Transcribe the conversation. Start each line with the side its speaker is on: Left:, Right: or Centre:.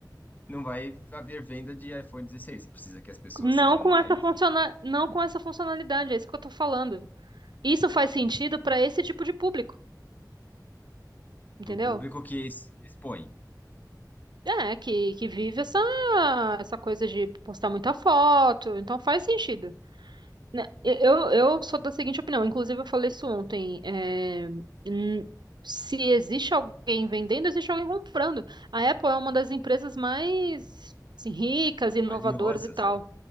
Left: não vai haver venda de iPhone dezesseis Você precisa que as pessoas
Right: Não
Left: sejam
Right: com
Left: mais
Right: essa funciona... não com essa funcionalidade, é isso que eu tô falando. Isso faz sentido para esse tipo de público, entendeu?
Left: para o público que, es- que expõe.
Right: É, que, que vive essa, essa coisa de postar muita foto, então faz sentido. Né, Eu, eu sou da seguinte opinião, inclusive eu falei isso ontem. é, n- se existe alguém vendendo, existe alguém comprando. A Apple é uma das empresas mais assim, ricas, inovadoras
Left: Valiosas,
Right: e tal.
Left: né?